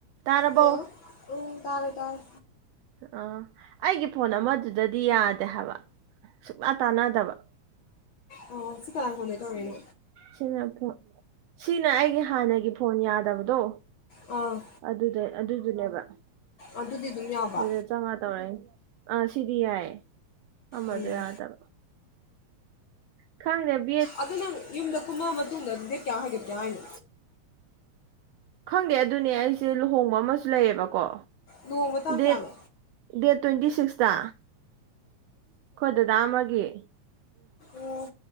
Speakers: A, on the right (about 75°); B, on the left (about 65°).
A: ꯇꯥꯔꯕꯣ
B: ꯍꯜꯂꯣ ꯎ ꯇꯥꯔ ꯇꯥꯔꯦ
A: ꯑꯥ ꯑꯩꯒꯤ ꯐꯣꯟ ꯑꯃꯗꯨꯗꯗꯤ ꯌꯥꯗꯦ ꯍꯥꯏꯕ ꯁꯨꯛꯇꯥ ꯇꯥꯟꯅꯗꯕ
B: ꯑꯣ ꯁꯤ ꯀꯥ ꯐꯣꯟꯗꯩ ꯇꯧꯔꯛꯏꯅꯣ
A: ꯁꯤꯅ ꯐꯣꯟ ꯁꯤꯅ ꯑꯩꯒꯤ ꯍꯥꯟꯅꯒꯤ ꯐꯣꯟ ꯌꯥꯗꯕꯗꯣ
B: ꯑꯥ
A: ꯑꯗꯨꯗ ꯑꯗꯨ ꯑꯗꯨꯅꯦꯕ
B: ꯑꯗꯨꯗꯤ ꯑꯗꯨꯝ ꯌꯥꯕ
A: ꯑꯗꯨꯗ ꯆꯪꯉꯥ ꯇꯧꯔꯅꯤ ꯑꯥ ꯁꯤꯗꯤ ꯌꯥꯏꯌꯦ ꯑꯃꯗꯣ
B: ꯎꯝ
A: ꯌꯥꯗꯕ ꯈꯪꯡꯗꯦ
B: ꯑꯗꯨ ꯅꯪ ꯌꯨꯝꯗ ꯀꯨꯝꯃꯑ ꯃꯇꯨꯡꯗ ꯑꯗꯨꯗꯤ ꯀꯌꯥ ꯍꯥꯏꯒꯠꯀꯦ ꯍꯥꯏꯅ
A: ꯈꯪꯗꯦ ꯑꯗꯨꯅꯦ ꯑꯩꯁꯦ ꯂꯨꯍꯣꯡꯕ ꯑꯃꯁꯨ ꯂꯩꯌꯦꯕꯀꯣ
B: ꯂꯨꯍꯣꯡꯕ ꯇꯥꯡ
A: ꯗꯦꯠ
B: ꯀꯌꯥꯅꯣ
A: ꯗꯦꯠ ꯇ꯭ꯋꯦꯟꯇꯤ ꯁꯤꯛ ꯀꯇꯥ ꯀꯣꯏꯗꯗ ꯃꯥꯒꯦ
B: ꯎꯝ